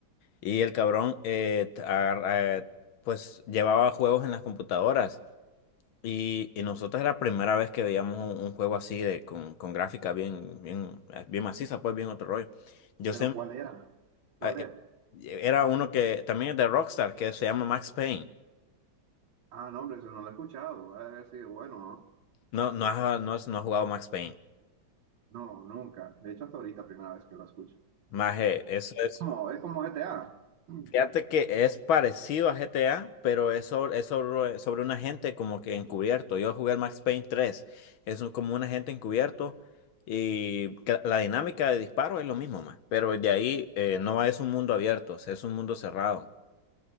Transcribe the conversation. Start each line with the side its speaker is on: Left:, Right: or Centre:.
Left: y el cabrón, eh, t- agar- eh, pues llevaba juegos en las computadoras, y, y nosotros era la primera vez que veíamos un, un juego así, de, con, con gráfica bien, bien, bien maciza, pues bien otro rollo. Yo,
Right: Pero ¿cuál era? ¿Cuál
Left: Ah, eh,
Right: era?
Left: Era uno que también es de Rockstar, que se llama Max Payne.
Right: Ah, no, hombre, eso no lo he escuchado. A ver si, bueno, no,
Left: No, no has, no has, no has jugado Max Payne.
Right: No, nunca. De hecho, hasta ahorita, primera vez que lo escucho.
Left: Más, eh, eso es.
Right: No, es como GTA. Mm.
Left: Fíjate que es parecido a GTA, pero es sobre, es sobre, sobre un agente como que encubierto. Yo jugué el Max Payne tres Es un- como un agente encubierto. Y ca- la dinámica de disparo es lo mismo, más. Pero de ahí eh, no es un mundo abierto, es un mundo cerrado.